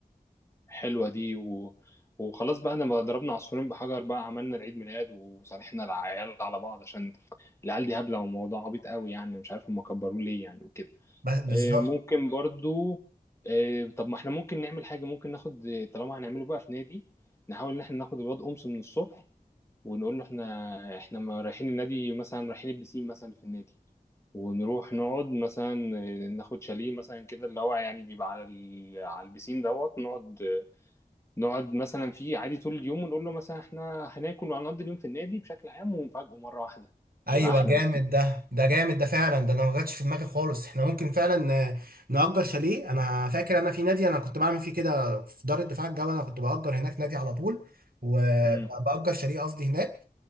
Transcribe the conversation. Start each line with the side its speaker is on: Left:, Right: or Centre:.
Left: حلوة دي و... وخلاص بقى انا بقى ضربنا عصفورين بحجر بقى عملنا العيد ميلاد وصالحنا العيال على بعض عشان العيال دي هبلة وموضوع عبيط قوي يعني مش عارف هم كبروه ليه يعني وكده
Right: بس بالظبط
Left: آه، ممكن برضو آه، طب ما احنا ممكن نعمل حاجة ممكن ناخد طالما هنعمله بقى في نادي نحاول ان احنا ناخد الواد أمس من الصبح ونقول له احنا احنا ما رايحين النادي مثلا رايحين البسين مثلا اللي في النادي ونروح نقعد مثلا آه، ناخد شاليه مثلا كده اللي هو يعني بيبقى على ال... على البسين دوت نقعد نقعد مثلا فيه عادي طول اليوم ونقول له مثلا احنا هناكل وهنقضي اليوم في النادي بشكل عام ونفاجئه مرة واحدة
Right: ايوه
Left: يبقى أحلى
Right: جامد
Left: بكتير
Right: ده ده جامد ده فعلا ده انا ما جاتش في دماغي خالص احنا ممكن فعلا آه، نأجر شاليه انا فاكر انا في نادي انا كنت بعمل فيه كده في دار الدفاع الجوي انا كنت بأجر هناك نادي على طول وبأجر
Left: امم
Right: شاليه قصدي هناك